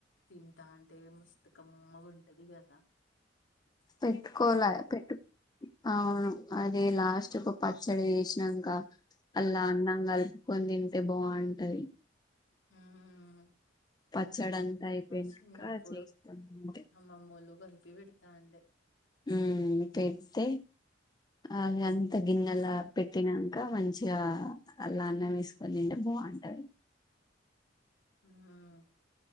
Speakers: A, on the left; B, on the left.
A: తింటాన్ ఇగ మస్తు కమ్మగుంటదిగా దా
B: పెట్టుకోలె పెట్టు అవును అది లాస్ట్ కు పచ్చడి చేసినంక అల్లా అన్నం కలుపుకొని తింటే బావుంటది.
A: హ్మ్
B: పచ్చడి అంతా అయిపోయినంక
A: చిన్నప్పుడు
B: చేస్కోని తింటే
A: అమ్మమ్మోళ్ళు కలిపి పెడతాండె
B: ఉ పెడితే అవి అంత గిన్నెలా పెట్టినంక మంచిగా అలా అన్నం వేసుకొని తింటే బావుంటది,
A: హ్మ్